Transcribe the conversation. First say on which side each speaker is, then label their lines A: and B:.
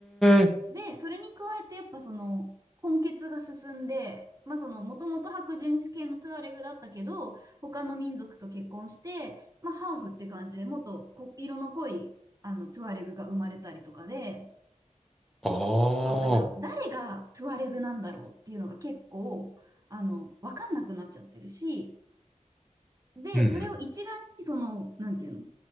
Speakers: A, in the centre; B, on the right.
A: え、
B: で、それに加えてやっぱその混血が進んで、まあそのもともと白人系のトゥアレグだったけど、他の民族と結婚して、まあハーフって感じでもっとこ色の濃いあのトゥアレグが生まれたりとかで、
A: あ
B: そう、なんか誰がトゥアレグなんだろうっていうのが結構、
A: あ、
B: あの、わかんなくなっちゃってるし、で、
A: うんうん。
B: それを一概にその、なんていうの、